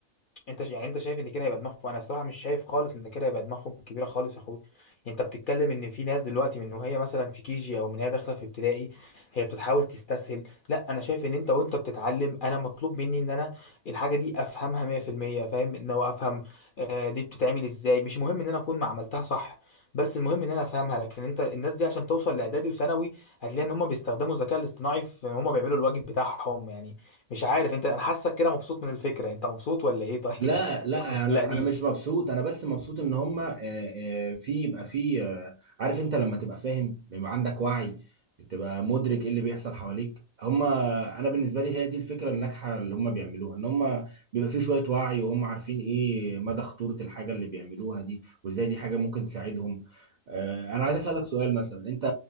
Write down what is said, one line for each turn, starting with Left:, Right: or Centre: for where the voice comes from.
Left: انت ش- يعني انت شايف ان كده هيبقى دماغهم انا الصراحه مش شايف خالص ان كده هيبقى دماغهم كبيره خالص يا اخوي انت بتتكلم ان في ناس دلوقتي من وهي مثلا في كيجي او من هي داخله في ابتدائي هي بتتحاول تستسهل لا انا شايف ان انت وانت بتتعلم انا مطلوب مني ان انا الحاجه دي افهمها 100% فاهم ان هو افهم آه، دي بتتعمل ازاي مش مهم ان انا اكون ما عملتها صح بس المهم ان انا افهمها لكن انت الناس دي عشان توصل لاعدادي وثانوي هتلاقي ان هم بيستخدموا الذكاء الاصطناعي في ان هم بيعملوا الواجب بتاعهم يعني مش عارف انت انا حاسك كده مبسوط من الفكره انت مبسوط ولا ايه طيب
Right: لا
Left: <laughs>
Right: لا
Left: عشان ما تقلقنيش
Right: انا انا مش مبسوط انا بس مبسوط ان هم آه، آه، في يبقى في آه، عارف انت لما تبقى فاهم لما عندك وعي تبقى مدرك ايه اللي بيحصل حواليك هم انا بالنسبه لي هي دي الفكره الناجحه اللي هم بيعملوها ان هم بيبقى في شويه وعي وهم عارفين ايه مدى خطوره الحاجه اللي بيعملوها دي وازاي دي حاجه ممكن تساعدهم آه، انا عايز اسالك سؤال مثلا انت